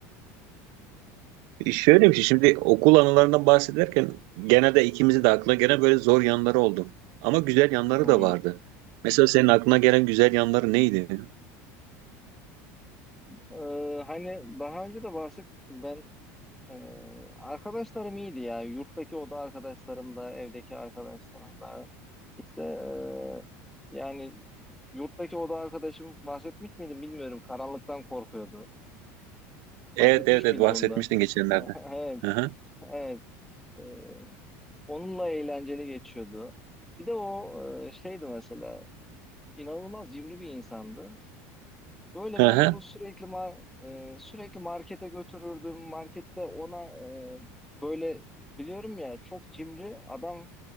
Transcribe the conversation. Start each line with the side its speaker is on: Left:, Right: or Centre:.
Right: <laughs> şöyle bir şey şimdi okul anılarından bahsederken genelde ikimizi de aklına gelen böyle zor yanları oldu. Ama güzel yanları
Centre: Hı hı.
Right: da vardı. Mesela senin aklına gelen güzel yanları neydi?
Centre: Ee, hani daha önce de bahsettim ben e, arkadaşlarım iyiydi ya. Yurttaki oda arkadaşlarım da, evdeki arkadaşlarım da. İşte e, yani yurttaki oda arkadaşım bahsetmiş miydim bilmiyorum. Karanlıktan korkuyordu.
Right: Evet
Centre: Bahsetmiş
Right: evet, evet
Centre: miydim
Right: bahsetmiştin
Centre: ondan?
Right: geçenlerde.
Centre: <laughs> Evet,
Right: Hı hı.
Centre: evet. Ee, onunla eğlenceli geçiyordu. Bir de o e, şeydi mesela inanılmaz cimri bir insandı. Böyle
Right: Hı
Centre: ben
Right: hı.
Centre: onu sürekli ma- e, sürekli markete götürürdüm. Markette ona e, böyle biliyorum ya çok cimri adam